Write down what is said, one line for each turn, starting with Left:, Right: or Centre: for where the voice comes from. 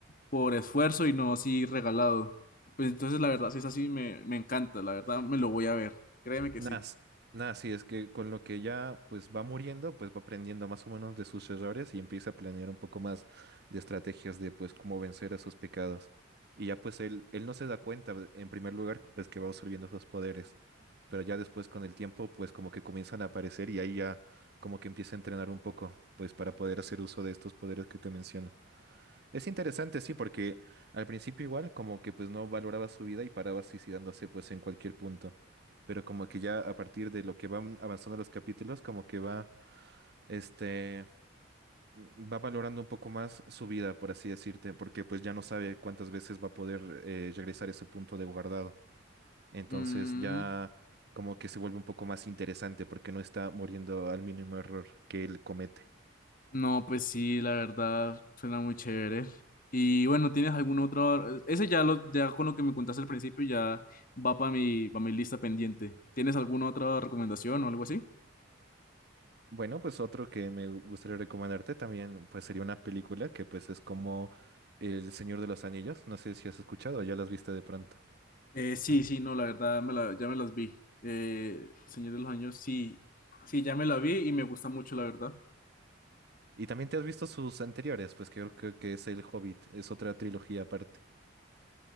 Left: por esfuerzo y no así regalado. Pues entonces, la verdad, si es así, me, me encanta, la verdad, me lo voy a ver, créeme que
Right: Nada,
Left: sí.
Right: s- nada, sí, es que con lo que ya pues va muriendo, pues va aprendiendo más o menos de sus errores y empieza a planear un poco más de estrategias de pues cómo vencer a sus pecados. Y ya pues él, él no se da cuenta, pues, en primer lugar, pues que va absorbiendo sus poderes, pero ya después con el tiempo pues como que comienzan a aparecer y ahí ya como que empieza a entrenar un poco, pues para poder hacer uso de estos poderes que te menciono. Es interesante, sí, porque al principio igual como que pues no valoraba su vida y paraba suicidándose pues en cualquier punto. Pero como que ya a partir de lo que van avanzando los capítulos, como que va, este, mm, va valorando un poco más su vida, por así decirte, porque pues ya no sabe cuántas veces va a poder eh, regresar a ese punto de guardado. Entonces
Left: Mm,
Right: ya como que se vuelve un poco más interesante porque no está muriendo al mínimo error que él comete.
Left: No, pues sí, la verdad suena muy chévere. Y bueno, ¿tienes algún otro? Ese ya lo, ya con lo que me contaste al principio ya va para mi, para mi lista pendiente. ¿Tienes alguna otra recomendación o algo así?
Right: Bueno, pues otro que me gustaría recomendarte también, pues sería una película que pues es como El Señor de los Anillos. No sé si has escuchado o ya las viste de pronto.
Left: Eh, sí, sí, no, la verdad me la, ya me las vi. Eh, Señor de los Años, sí, sí, ya me la vi y me gusta mucho, la verdad.
Right: Y también te has visto sus anteriores, pues que creo que, que es El Hobbit, es otra trilogía aparte.